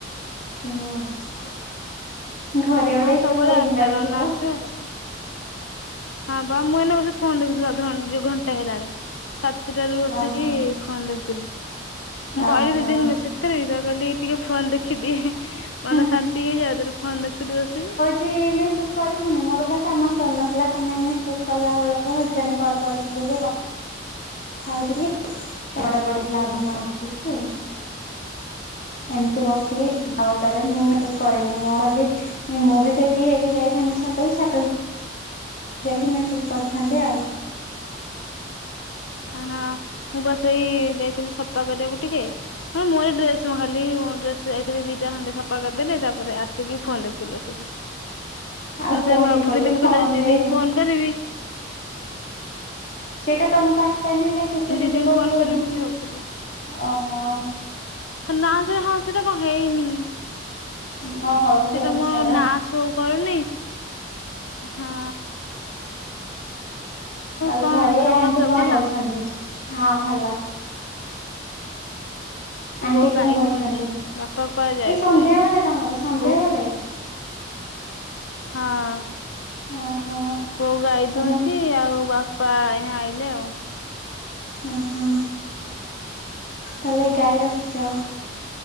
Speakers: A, on the left; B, on the left.
A: <unintelligible> ଘରେ ଗୋଟେ
B: ହଁ
A: ଏକା
B: ସବୁବେଳେ
A: ବୋରିଙ୍ଗ
B: ଆଠଟା
A: ଲାଗୁଥିବ।
B: <unintelligible> ହଁ ବା ମୁଁ ଏଇନା ବସି ଫୋନ ଦେଖୁଥିଲି, ଅଧେଘନଂଟେ ଘନ୍ଟେ ହେଲାଣି, ସାତଟାରୁ ବସିକି
A: ଓହୋ।
B: ଫୋନ ଦେଖୁଥିଲି, ମୁଁ
A: ଓହୋ।
B: କହିଲି ଦିଦିଙ୍କୁ ମେସେଜ କରିବି, ତା ପରେ କହିଲି ଟିକେ ଫୋନ ଦେଖିଦିଏ। ମନ
A: ହଁ
B: ଶାନ୍ତି ହେଇଯାାଉ, ତାପରେ ଫୋନ ଦେଖୁଥିଲି ବସିକି।
A: ଯେ ଏମି ମେସେଜ କରିଥାନ୍ତି, ମୋର ବା କାମ ସରିନଥିଲା ତମେ ମେସେଜ କଲାବେଳକୁ ହଜ୍ବେଣ୍ଟ କଲ କରିଥିଲିଯେ ଖାଉଥିଲି ତ <unintelligible> ପଡିଥିଲା ଆଧା ନା ଆଉ <unintelligible> ଏମିତି ବସିକି ଆଉ ତାର ମୁଁ ମେସେଜ କରିନି ମୁଁ ବୋଲି ମୁଁ ବି ସେଇ ଫ୍ରୀ ହେଇକି ଯାଇଥାନ୍ତିି ଛାତକୁ ଛାତ ଯାଇକି ମେସେଜ୍ କରିଥାନ୍ତି ଆଉ।
B: ଆହା ମୁଁ ବା ସେଇ ଯାଇଥିଲି ସଫା କରିବାକୁ ଟିକେ ହଁ ମୁଁ ଡ୍ରେସ ମୋ ଖାଲି ମୋ ଡ୍ରେସ ଯାଇଥିଲି ଦିଟା ଖଣ୍ଡେ ସଫା କରିଦେଲି, ତାପରେ ଆସିକି ଫୋନ ଦେଖୁଥିଲି ବସିକି।
A: ଆଉ
B: ମୁଁ
A: କଣ
B: ସେ ଭାବୁଥିଲି,
A: ଟିକେ କଲେ
B: ମୁଁ
A: ଫୋନ
B: କହିଲି ଆଜି ଦିଦିଙ୍କୁ
A: ରେ
B: ଫୋନ କରିବି।
A: ସେଇଟା ତମକୁ ଆସାଇନ୍ ହେଲା କି ସେ
B: ଦିଦିଙ୍କୁ
A: ଦିଦି କହୁଥିଲେ
B: ଫୋନ କରିବି
A: ଇଭିନିଂ
B: ବୋଲି
A: ରେ
B: ଭାବୁଥିଲି।
A: ଓହୋ।
B: ନା ହଁ ସେଟା କଣ ହେଇନି?
A: ହଁ ହଉ
B: ସେଟା
A: ସେ କଥା
B: ମୋ
A: ଛାଡ।
B: ନାଁ ଶୋ କରୁନି, ହଁ।
A: ଆଉ
B: କଣ
A: ଘରେ
B: ଖବର
A: ଆଣ୍ଟି
B: ସବୁ
A: କଣ
B: ଭଲ?
A: କରୁଛନ୍ତି, ହଁ ଭଲ। ଆଣ୍ଟି
B: ବୋଉ ଗାଈ
A: କଣ କରୁଛନ୍ତି?
B: ଦୁହୁଁଛି, ବାପା କୁଆଡ଼େ ଯାଇଥିଲେ
A: ଏଇ ସନ୍ଧ୍ୟା
B: ଏଇନା,
A: ବେଳେ ତମର ସନ୍ଧ୍ୟା
B: ବୋଉ
A: ବେଳେ
B: ହଁ
A: ଓହୋ
B: କୋଉ ଗାଇ
A: ତମେ
B: ଦୁହୁଁଛି। ଆଉ ବାପା ଏଇନା ଆଇଲେ ଆଉ।
A: ଓହୋ ତାହଲେ ଗାଈ ରଖିଛ।